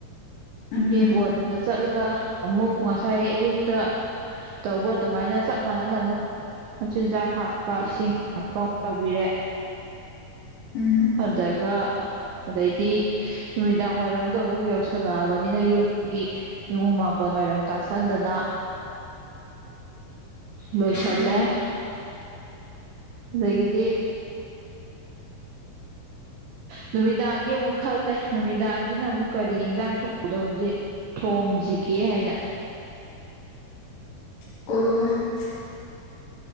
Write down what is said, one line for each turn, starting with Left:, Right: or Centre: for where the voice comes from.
Left: ꯎꯝ
Right: ꯌꯦꯡꯒꯣꯟꯗ ꯆꯠꯂꯒ ꯑꯃꯨꯛ ꯉꯁꯥꯏ ꯑꯌꯨꯛꯇ ꯇꯧꯕ ꯑꯗꯨꯃꯥꯏꯅ ꯆꯞ ꯃꯥꯟꯅꯅ ꯑꯃꯨꯛ ꯃꯆꯤꯟꯖꯥꯛ ꯍꯥꯞꯄ ꯏꯁꯤꯡ ꯍꯥꯞꯄ ꯑꯃꯨꯛ ꯇꯧꯕꯤꯔꯦ
Left: ꯎꯝ
Right: ꯑꯗꯒ ꯑꯗꯩꯗꯤ ꯅꯨꯃꯤꯗꯥꯡ ꯋꯥꯏꯔꯝꯗꯣ ꯑꯃꯨꯛ ꯌꯧꯁꯜꯂꯛꯑꯕꯅꯤꯅ ꯌꯨꯝꯒꯤ ꯏꯃꯨꯡ ꯃꯥꯡꯒꯣꯜ ꯋꯥꯏꯔꯝ ꯇꯥꯁꯟꯗꯅ ꯂꯣꯏꯁꯜꯂꯦ
Left: ꯎꯝ
Right: ꯑꯗꯒꯤꯗꯤ ꯅꯨꯃꯤꯗꯥꯡꯒꯤ ꯑꯃꯨꯛ ꯈꯜꯂꯦ ꯅꯨꯃꯤꯗꯥꯡꯁꯤꯅ ꯑꯃꯨꯛ ꯀꯔꯤ ꯏꯟꯁꯥꯡ ꯊꯣꯡꯗꯧꯁꯤ ꯊꯣꯡꯁꯤꯒꯦ ꯍꯥꯏꯅ
Left: ꯑꯣ